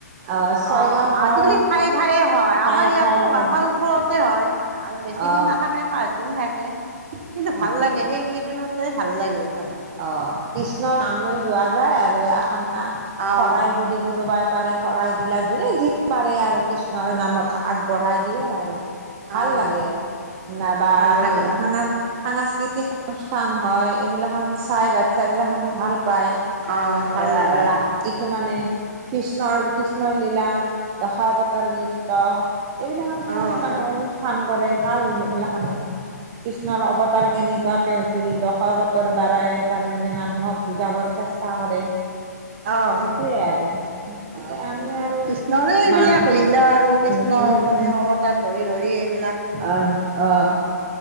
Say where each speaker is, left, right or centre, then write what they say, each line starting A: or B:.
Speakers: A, on the right (about 25°); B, on the right (about 40°).
A: অ ছয়গাঁৱত
B: অ', আজিকালি
A: হয়
B: ঠায়ে-ঠায়ে হয়,
A: ঠায়ে
B: আমাৰ ইয়াতো
A: ঠায়ে
B: হয়।
A: ঠায়ে
B: আমাৰ ও ওচৰতে হয়, আৰু বেছি
A: অ
B: দিন নাথাকে পাঁচদিন থাকে। কিন্তু ভাল
A: অ
B: লাগে সেই এই কেইদিনতই ভাল লাগে খাই।
A: অ', কৃষ্ণৰ নাম লৈ যোৱা যায় আৰু এখন
B: অ'
A: শৰাই যদি কোনোবাই - পাৰে শৰাই দিলা, যোনে যি পাৰে আৰু কিছুমান- - ন নামত আগবঢ়াই দিয়ে আৰু,
B: অ' অ'
A: ভাল লাগে। নবা
B: ভাল
A: সাঁ
B: লাগে
A: সাংস্কৃতিক - অনুষ্ঠান হয়, এইবিলাক খন চাই বাচ্ছা এইবিলাকখনে ভাল পায়।
B: অ' ভাল
A: ৰা
B: লাগে
A: ৰা কিছুমানে কৃষ্ণৰ কৃষ্ণলীলা দশাৱতৰ নৃত্য - এইবিলাক খনৰ
B: অ'
A: মানে অনুষ্ঠান - কৰে ভাল সেইবিলাক খনো, কৃষ্ণৰ অৱতাৰ কেনেকুৱাকে - ছিল দখৱতৰ দ্বাৰাই তাৰমানে মানুহক বুজাবৰ চেষ্টা কৰে।
B: অহ,
A: সেইটোৱে আৰু গতিকে
B: অহ ভাল
A: আমি
B: লাগে
A: আৰু
B: কৃষ্ণৰে এইবিলাক
A: মান
B: লীলা আৰু। কৃষ্ণৰ
A: উম উম
B: মানে
A: উম
B: অৱতাৰ ধৰি ধৰি এইবিলাক -
A: আহ আহ,